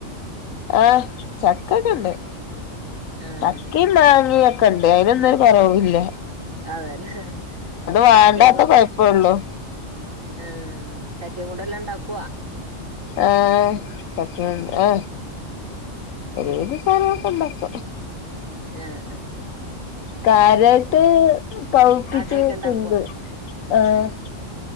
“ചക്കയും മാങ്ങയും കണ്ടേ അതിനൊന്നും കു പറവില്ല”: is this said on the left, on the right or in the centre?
Left